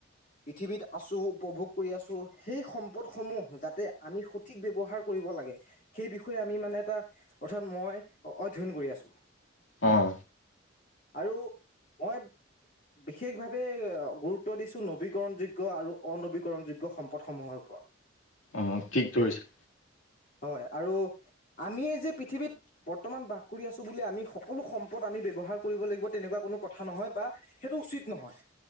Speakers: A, on the left; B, on the left.
A: পৃথিৱীত আছো উপভোগ কৰি আছো সেই সম্পদসমূহ যাতে আমি সঠ ঠিক ব্যৱহাৰ কৰিব লাগে সেই বিষয়ে আমি মানে এটা অৰ্থাৎ মই অধ্যয়ন কৰি আছো।
B: অহ।
A: আৰু মই বিশেষভাৱে গুৰুত্ব দিছোঁ নবীকৰণযোগ্য আৰু অনবীকৰণযোগ্য সম্পদসমূহৰ ওপৰত।
B: অ ঠিক ধৰিচা।
A: হয় আৰু আমি যে পৃথিৱীত বৰ্তমান বাস কৰি আছো বুলি আমি সকলো সম্পদ আমি ব্যৱহাৰ কৰিব লাগিব তেনেকুৱা কোনো কথা নহয় বা সেইটো উচিত নহয়।